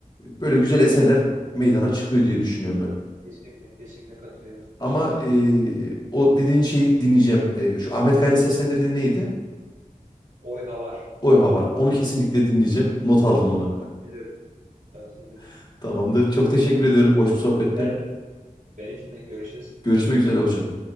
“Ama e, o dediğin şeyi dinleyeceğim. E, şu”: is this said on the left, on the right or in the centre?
Left